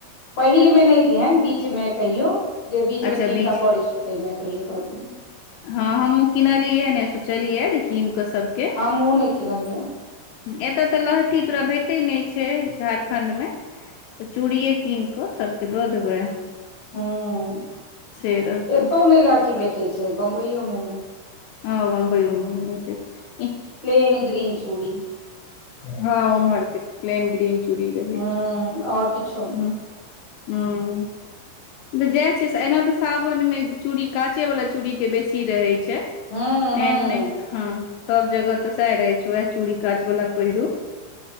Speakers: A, on the left (about 55°); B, on the left (about 80°).
A: पहिल मे नहि दिहेन बीचमे कहियो जे बीचमे
B: अच्छा
A: तीन
B: बीच
A: टा पड़ै छैय। तहिमे कहियो दऽ दिहेंन।
B: हँ हमहुँ किनलियै नहि सोचलियै जे कीन कऽ सबके,
A: हमहुँ नहि किनलियै,
B: एतय तऽ लहठी तोरा भेटय नहि छैय झारखंड मे, तऽ चूड़िये कीन कऽ सबके दऽ देबै।
A: हँ
B: से रहतौ
A: एतौ नहि लहठी भेटै छैय बम्बइयो मे ने,
B: हँ बम्बइयो मे नहि भेटय छैय।
A: प्लेन ग्रीन चूड़ी।
B: हँ ओम्हरके प्लेन ग्रीन चूड़ी रहै
A: हूं
B: छैय।
A: और किछो नहि
B: हूँ। त जैह छैय एना तऽ सावन में चूड़ी काँचे वाला चूड़ी के बेसी रहय छैय।
A: हूं हूं
B: एने हँ सब जगह तऽ सैह रहै छैय वैह चूड़ी काचवला। पहिरू